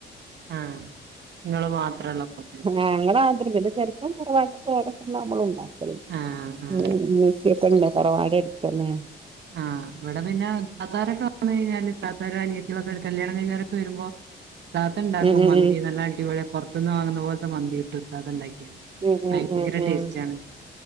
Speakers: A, on the right; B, on the right.
A: ആഹ് നിങ്ങള് മാത്രള്ളപ്പോ
B: ആ അങ്ങന <unintelligible> ചെിലപ്പം പറവാായിട്ട് ര നമ്മള ഉണ്ട <unintelligible>
A: ആഹ് ആഹ്
B: ഉ നക്കക്കണ്ട <unintelligible> കുറവാ ഇടുത്താനേ
A: ആഹ് ഇവിടെ പിന്നെ താത്താരൊക്കെ വന്ന കഴിഞ്ഞാല് താത്താര അനിയത്തിക്കെ കല്യാണം കഴിഞ്ഞവരോക്കെ വരുമ്പോ ത്താത്ത ഉണ്ടാക്കും
B: ഉം ഉം
A: മന്തി നല്ല അടിപൊളി പുറത്തുന്ന് വാങ്ങുന്ന പോലത്തെ മന്തി ഇട്ടുംത്താത്ത ഉണ്ടാക്കിയല്
B: ഉം
A: ഭയങ്കര
B: ഉം ഉം ഉം
A: ടേസ്റ്റ് ആണ്